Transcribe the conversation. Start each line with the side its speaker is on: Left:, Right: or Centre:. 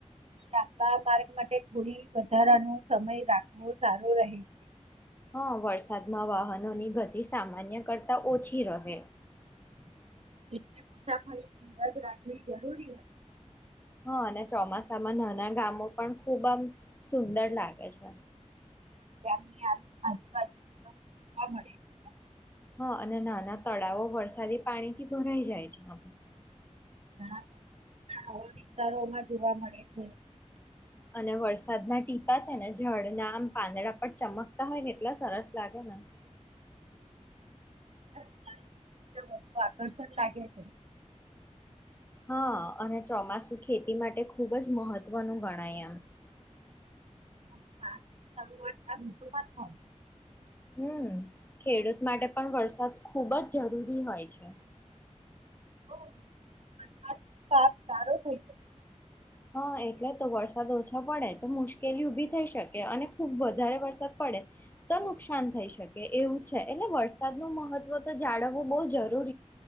Right: લાંબા માર્ગ માટે થોડી વધારાનો સમય રાખવો સારો રહે છે.
Left: હા વરસાદમાં વાહનોની ગતિ સામાન્ય કરતા ઓછી રહે. <unintelligible>
Right: એટલે મુસાફરી સંદ જ રાખવી જરૂરી હોય.
Left: હા અને ચોમાસામાં નાના ગામો પણ ખુબ આમ સુંદર લાગે છે.
Right: <unintelligible>
Left: હા અને નાના તળાવો વરસાદી પાણીથી ભરાઈ જાય છે.
Right: ઘણા <unintelligible> આવા વિસ્તારોમાં જોવા મળે છે.
Left: અને વરસાદના ટીપા છેને ઝાડ ના આમ પાંદડા પર ચમકતા હોય ને એટલા સરસ લાગે ને. <unintelligible>
Right: <unintelligible>
Left: હા અને ચોમાસું ખેતી માટે ખૂબ જ મહત્વનું ગણાય એમ. <unintelligible>
Right: <unintelligible> ઋતુમાં
Left: હમ્મ, ખેડૂત માટે પણ વરસાદ ખુબ જ જરૂરી હોય છે.
Right: <unintelligible> પાક સારો થઈ છે.
Left: હા, એટલે તો વરસાદ ઓછો પડે તો મુશ્કેલી ઉભી થઈ શકે. અને ખુબ વધારે વરસાદ પડ પડે તો નુકસાન થઈ શકે એવું છે. એટલે વરસાદ નો મહત્વ તો જાળવવું બહ જરૂર